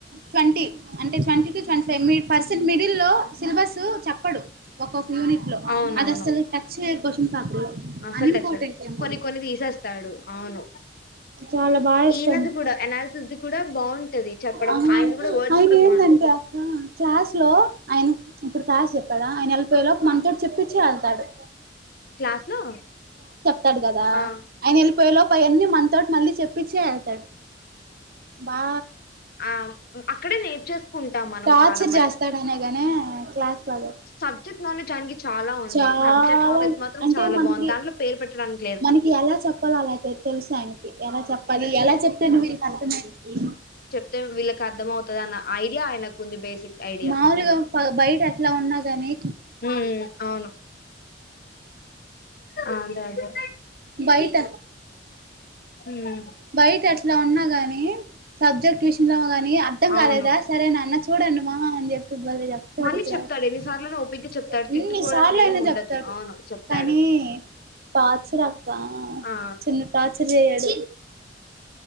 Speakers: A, on the right; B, on the left.
A: twenty అంటే twenty five mid percent middle లో సిలబస్స్ చెప్పడు ఒక్కొక్ యూనిట్ లో
B: అవునవును
A: అది అస్సలు టచ్ చేయడు క్వశ్చన్ పేపర్ లో
B: అసలు
A: అన్ఇంపార్టెంట్
B: తెచ్చాడు
A: ఏమో
B: కొన్ని కొన్ని తీసేస్తాడు అవును
A: చాలా బాగా ఇస్తాను
B: ఈయనది కూడా అనాలిసిస్ ది కూడా బాగుంటది చెప్పడం
A: ఆ
B: ఆయనది కూడా వర్డ్స్
A: అయిన
B: కూడా బాగుంటది
A: ఏందంటే అక్క క్లాస్ లో అయిన్ ఇప్పుడు పాశే కదా ఆయన వెళ్ళిపోయే లోపు మనతో చెప్పిచ్చి వెళ్తాడు
B: క్లాస్ లో
A: తాడు గదా
B: ఆ
A: ఆయన వెళ్ళిపోయే లోపు ఏయె అన్ని మన్ తోటి మళ్ళీ చెప్పిచ్చే వె తాడు బా
B: ఆం అక్కడే నేర్చేసుకుంటాం మనం
A: టార్చర్
B: చాలా మటుకు
A: చేస్తాడనే గానే క్లాస్ బాగా
B: సబ్జెక్ట్ నాలెడ్జ్ ఆనికి చాలా ఉంది
A: చాలా
B: సబ్జెక్ట్ నాలెడ్జ్ మాత్రం
A: అంటే
B: చాలా
A: మనకి
B: బాగుంది దాంట్లో పేరు పెట్టడాని
A: మనకి ఎలా చెప్పాలో అలా తెలుసు ఆయనకి ఎలా చెప్పాలి ఎలా చెప్తే వీళ్ళకి అర్థమయితది
B: తే వీళ్ళకి అర్థమవుతది అన్న ఐడియా ఆయనకు ఉంది బేసిక్ ఐడియా
A: మాములుగా
B: అవును
A: బయట ఎట్లా ఉన్నా కాని
B: ఉమ్ అవును అదే అదే
A: బయట
B: ఉమ్
A: బయట అట్ల ఉన్నా గాని సబ్జెక్ట్ విషయంలో కాని మీ అర్థం కాలేదా
B: అవును
A: సరే నా అన్న చె ఉడను మాహా అండి చెప తు బలే చెప్తాడు
B: మళ్ళీ
A: క్లాస్
B: చెప్తాడు ఎన్నిసార్లునో
A: ఉమ్
B: ఓపిగ్గా చెప్తాడు తిట్టుకోడు
A: ఎన్నిసార్లు
B: అసలు
A: అయిన
B: ఏం ఉండదు
A: చెప్తాడు
B: అవును చెప్తాడు
A: కనీ టార్చర్ అక్క
B: ఆ
A: చిన్న టార్చర్ చేయడు